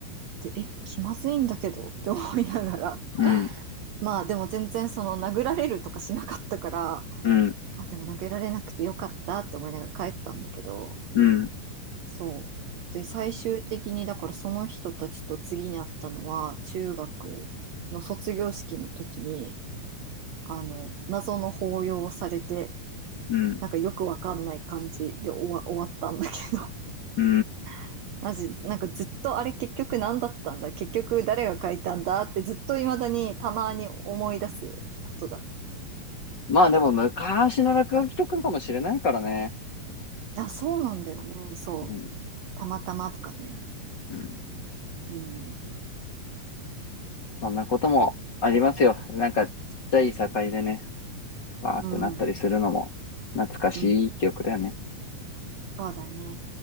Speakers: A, on the right; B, on the left.
A: で、え、気まずいんだけどって思いながら。
B: うん、
A: まあでも全然その殴られるとかしなかったから
B: うん、
A: あでも殴られなくてよかったって思いながら帰ったんだけど
B: うん、
A: そうで最終的にだからその人たちと次に会ったのは中学の卒業式の時にあの謎の抱擁をされて
B: うん、
A: なんかよくわかんない感じで終わ、終わったんだけど
B: <laughs> ー
A: <laughs> マジなんかずっとあれ結局何だったんだ結局誰が書いたんだってずっと未だにたまに思い出すことだね。
B: まあでも昔の落書きとかかもしれないからね。
A: あ、そうなんだよね。そう。
B: うん、
A: たまたまとかね。
B: うん。
A: うん。
B: そんなこともありますよ。なんか、ちっちゃい境でね、わーってなったりするのも、
A: うん。
B: 懐かしい記憶だよね。
A: うん。そうだね。